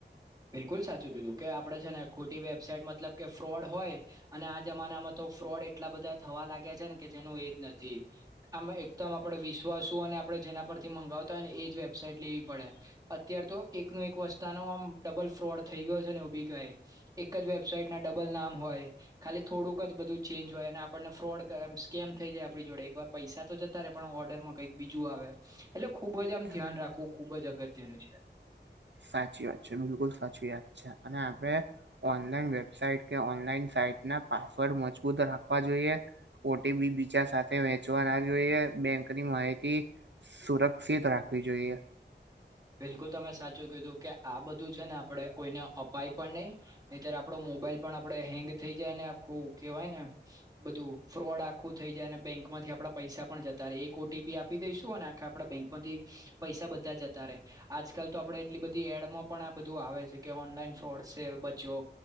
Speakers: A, on the right; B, on the right.
A: બિલકુલ સાચું કીધું કે આપડે છે ને ખોટી વેબસાાઈટ મતલબ કે ફ્રોડ હોય અને આ જમાનામાં તો ફ્રોડ એટલા બધા થવા લાગ્યા છે ને કે જેનું એજ નથી. આમાં દમ આપણેે વિશ્વાસું અને આપણે જેના પરથી મગાવતા હોય ને એ જ વેબસાાઈટ લેવી પડે. અત્યાર તો એકનો એક વસ્તાનો આમ ડબલ ફ્રોડ થઈ ગયો છે ને એ બી કહે એક જ વેબસાઈટ ના ડબલ નામ હોય. ખાલી થોડુંક જ બધું ચેન્જ હોય અને આપણને ફ્રોડ સ્કેમ થઈ જાય આપણી જોડે એક વાર પૈસા તો જતા ર પણ ઓર્ડર માં કંઈક બીજું આવે. એટલે ખુબ જ આમ ધ્યાન રાખવું ખુબ જ અગત્યનું છે.
B: સાચી વાત છે બિલકુલ સાચી વાત છે અને આપણે ઓનલાઈન વેબસાઇટ કે ઓનલાઈન સાઈટ ના પાસવર્ડ મજબૂત રાખવા જોઈએ ઓટીપી બીચા સાથે વેચવા ના જોઈએ. બેંકની માહિતી સુરક્ષિત રાખવી જોઈએ.
A: બિલકુલ તમે સાચું કીધું કે આ બધું છે ને આપણેે કોઈને અપાય પણ નહી અત્યારે આપડો મોબાઈલ પણ આપડે હેંગ થઈ જાય ને આખું કેવાય ને બધું ફ્રોડ આખું થઈ જાય અને બેંકમાંથી આપડા પૈસા પણ જતા ર એક ઓટીપી આપી દઈશું અને આખા આપડા બેંક માંથી પૈસા બધા જતા રહેે. આજકાલ તો આપડે એટલી બધી એડમાં પણ આ બધું આવે છે કે ઓનલાઈન ફ્રોડ છે બચો